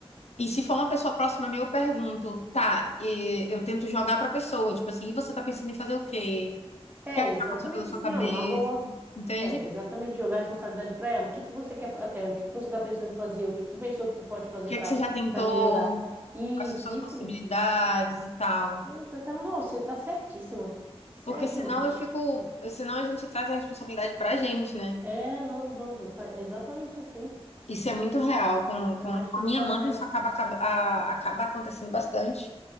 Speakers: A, on the left; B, on the right.
A: E se for uma pessoa próxima a mim, eu pergunto, tá, e eu tento jogar pra pessoa, tipo assim, e você tá pensando em fazer o quê? O
B: É
A: que é que
B: exatamente
A: já passou pela sua
B: assim,
A: cabeça,
B: ó, uma boa.
A: entende?
B: É,
A: O
B: exatamente, jogar a responsabilidade para ela. O que que você quer, fa- é, o que que você está pensando em fazer? O que tu pensou que tu pode fazer
A: que
B: para
A: é que você já tentou,
B: para melhorar? Isso,
A: quais são suas
B: isso.
A: possibilidades e tal.
B: É, Exatamente, não, você tá certíssima. Você
A: Porque
B: é
A: senão
B: demais.
A: eu fico, senão a gente traz a responsabilidade pra gente, né?
B: É, não, não, tu fa- exatamente assim.
A: Isso é muito real. Com,
B: Eu
A: com a
B: acho que
A: minha
B: tu tá
A: mãe,
B: certo.
A: isso acaba, acaba, a- acaba acontecendo bastante.